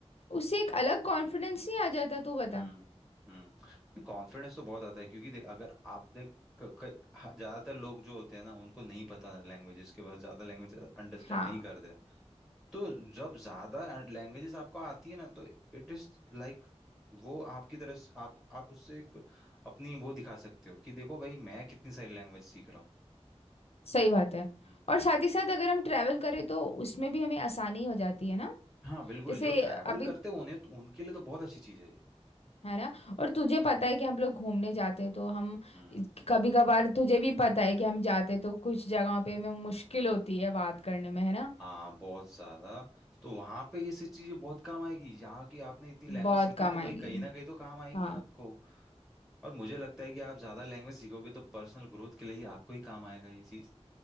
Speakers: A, on the left; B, in the centre.
A: उससे एक अलग कॉन्फिडेंस नहीं आ जाता तू बता
B: हम्म हम्म कॉन्फिडेंस तो बहुत आता है क्योंकि देख अगर आप देख क- क- ह- ज्यादातर लोग जो होते हैं ना उनको नहीं पता लैंग्वेजेस के बाद ज्यादा लैंग्वेज अंडरस्टैंड
A: हाँ
B: नहीं करते तो जब ज्यादा लैंग्वेजेस आपको आती है ना तो इट इज लाइक वो आपकी तरफ से- आप आप उससे एक अपनी वो दिखा सकते हो कि देखो भाई मैं कितनी सारी लैंग्वेज सीख रहा हूँ
A: सही बात है
B: हम्म
A: और साथ ही साथ अगर हम ट्रैवल करें तो उसमें भी हमें आसानी हो जाती है ना
B: हाँ बिल्कुल
A: जैसे
B: जो ट्रैवल
A: अभी
B: करते हैं उन्हें तो उनके लिए तो बहुत अच्छी चीज है ये
A: है ना और तुझे पता है कि हम लोग घूमने जाते हैं तो हम
B: हम्म
A: कभी कभार तुझे भी पता है कि हम जाते तो कुछ जगहों पे हमें मुश्किल होती है बात करने में है ना
B: हाँ बहुत ज्यादा तो वहां पे ये सब चीजें बहुत काम आएगी यहाँ की आपने इतनी लैंग्वेज
A: बहुत
B: सीखी
A: काम
B: है तो भाई
A: आएगी
B: कहीं ना कहीं तो काम आएगी
A: हाँ
B: आपको और मुझे लगता है कि आप ज्यादा लैंग्वेज सीखोगे तो पर्सनल ग्रोथ के लिए ही आपको ही काम आएगा ये चीज